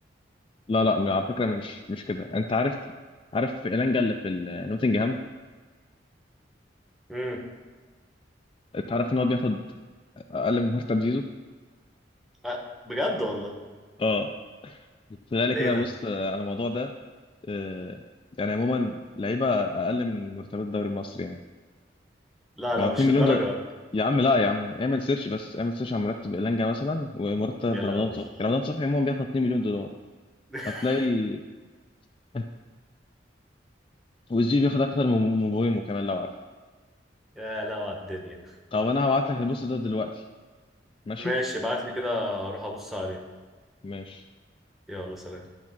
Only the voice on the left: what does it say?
لا لا م- على فكره مش مش كده انت عارف عارف إيلانجا اللي في ال- نوتنجهام
انت عارف ان هو بياخد اقل من مرتب زيزو
اه فذلك
كده
بص آه، على الموضوع ده آه، يعني عموما لعيبه اقل من مرتبات الدوري المصري يعني
ما
هو 2
مليون
دولار
يا عم لا يا عم اعمل سيرش بس اعمل سيرش على مرتب إيلانجا مثلا ومرتب
رمضان صبحي رمضان صبحي عموما بياخد 2 مليون دولار
هتلاقي <laughs> والزي بياخد اكتر من مبويمو كمان لو عارف
طب انا هبعت لك البوست ده دلوقتي ماشي
ماشي